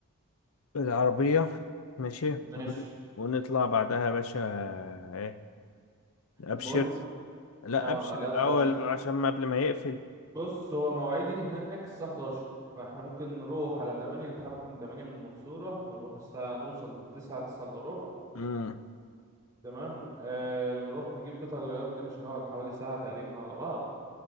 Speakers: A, on the left (about 70°); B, on the right (about 15°).
A: العربية ماشي
B: ماشي
A: ون- ونطلع بعدها يا باشا ايه ابشر
B: المول
A: لا
B: اه
A: ابشر
B: الابشر
A: الاول
B: عشان
A: عشان ما قبل ما يقفل
B: بص هو مواعيدي هناك الساعة 11 فاحنا ممكن نروح على 8 نتحرك من 8 من المنصورة نروح الساعة نوصل 9 9 الا ربع
A: امم
B: تمام آه نروح نجيب قطع الغيار دي مش هنقعد حوالي ساعة تقريبا على بعض